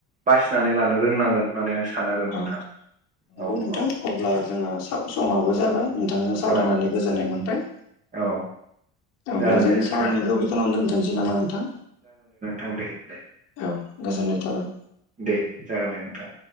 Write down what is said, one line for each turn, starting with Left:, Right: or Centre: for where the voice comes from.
Right: बासिनानै लानो रोंनांगोन होननानै आं सानो आरो नोंथां
Left: औ नंगौ
Right: औ
Left: नोंथां
Right: औ
Left: अब्ला जोंहा साम समाबो जाबाय बिथांजों सावरायनानै
Right: औ
Left: गोजोननाय मोनदों
Right: औ
Left: दा
Right: जागोन
Left: अब्ला जोंनि
Right: दे नोंथां
Left: सावरायनायखौ
Right: दे
Left: बे खिनियावनो दोनथनोसै नामा नोंथां
Right: ओं दे दे
Left: औ गोजोननाय थाबाय
Right: दे जागोन दे नोंथां